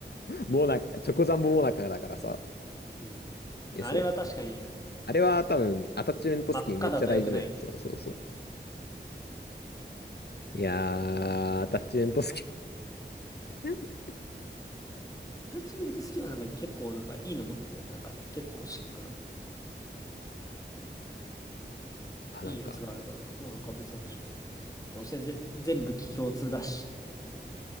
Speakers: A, on the left; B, on the left.
A: もうなんか、チョコザンボモナカだからさ。
B: うん。
A: え、
B: あれは確かに、
A: そう。あれは多分アタッチメントスキンめっちゃ大事だよ。
B: 真っ赤だと良くないね。
A: そうそうそう。いやー、アタッチメントスキン。<laughs>
B: タッチメントスキルはなんか結構なんかいいの持ってんだよね。なんか結構シックな、
A: あ、
B: いいやつがあるから。
A: なんか、
B: もうなんか別に欲しくない。どうせぜ全部機共通だし。